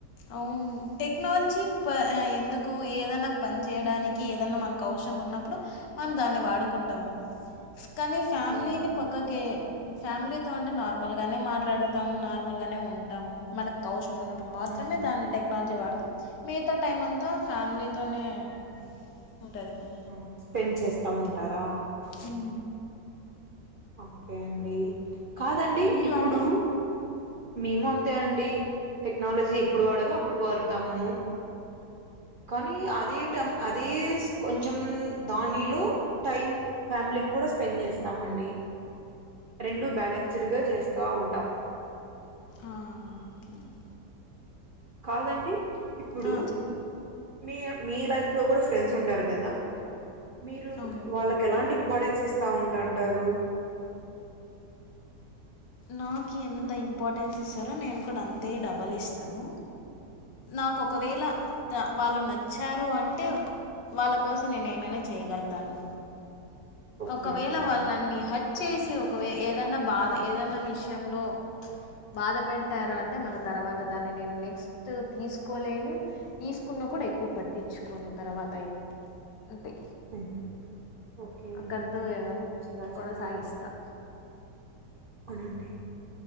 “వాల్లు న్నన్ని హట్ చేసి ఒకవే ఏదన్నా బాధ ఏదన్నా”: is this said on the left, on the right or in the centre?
Left